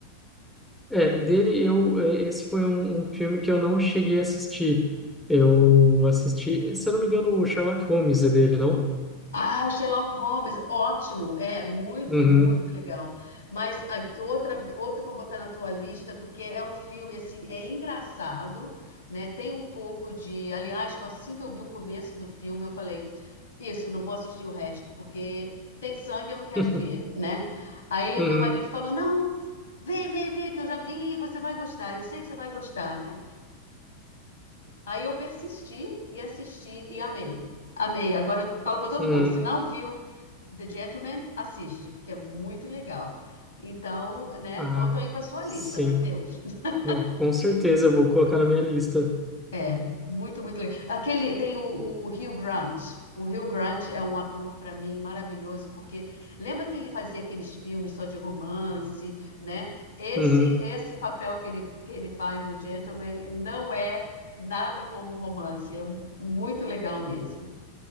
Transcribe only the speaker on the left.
Ah, o Sherlock Holmes, ótimo, é muito,
muito legal. Mas a- outra, ve- outra para botar na tua lista, porque é um filme assim, é engraçado, né? Tem um pouco de, aliás, assim que eu vi o começo do filme, eu falei, isso, não vou assistir o resto, porque tem sangue, eu não quero
ver, né? Aí
o meu marido falou, não, vê, vê, vê, que eu já vi, você vai gostar, eu sei que você vai gostar, né? Aí eu persisti e assisti e amei. Amei. Agora eu falo para todo
mundo, se não viu The Gentleman, assiste, porque é muito legal. Então, né?
Outro aí para sua
lista, Matheus. <laughs>
É, muito, muito legal. Aquele tem o, o Hugh Grant. O Hugh Grant é um ator para mim maravilhoso, porque lembra que ele fazia aqueles filmes só de romance, né? Esse
esse papel que ele, que ele faz no Gentleman não é nada como um romance, é um- muito legal mesmo.